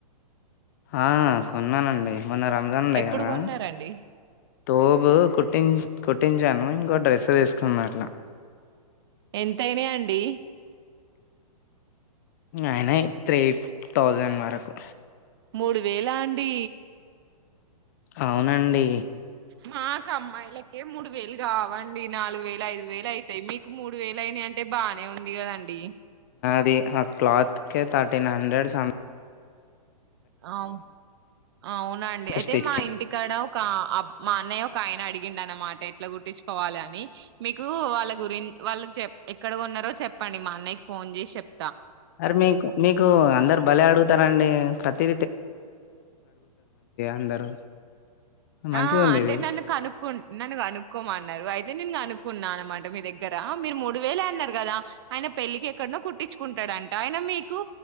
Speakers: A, on the left (about 25°); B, on the right (about 40°).
A: ఆ కొన్నానండి మొన్న రంజాన్ ఉండే
B: ఎప్పుడు
A: కదా
B: కొన్నారండి
A: తోబు కుట్టి కుట్టించాను ఇంకో డ్రెస్ తీస్ కన్నాడలా
B: ఎంతయినాయి అండి
A: ఆయనాయి త్రీ థౌజండ్ వరకు
B: మూడు వేలా అండి
A: అవునండి
B: మాకు అమ్మాయిలకే మూడు వేలు కావండి నాలుగు వేలు ఐదు వేలు అయితాయి మీకు మూడు వేలు అయినాయి అంటే బానే ఉంది కదండి
A: అది క్లత్ కే థర్టీన్ హండ్రెడ్ సం
B: అవు అవునండి అయితే
A: స్టిచ్
B: మా ఇంటికాడ ఒక ఆ మా అన్నయ్య ఒక ఆయన అడిగిండ అన్నమాట ఎట్లా గుర్ట్ంచుకోవాలి అని మీకు వాళ్ళ గురించి వాళ్ళ చె ఎక్కడ ఉన్నారో చెప్పండి మా అన్నయ్యకి ఫోన్ చేసి చెప్ప
A: అర్ మీకు మీకు అందరు భలే అడుగుతారంండి ప్రతి అందరు మంచిగా
B: ఆ
A: ఉంది
B: అంటే
A: ఇది
B: నన్ను కనుకు నన్ను కనుకోమంట అయితే నేను అనుకున్నా అనమాట మీ దగ్గర మీరు మూడు వేలే అన్నారు కదా ఆయన పెళ్ళకి ఎక్కడనో కుట్టించుకుంటాడంట ఆయన మీకు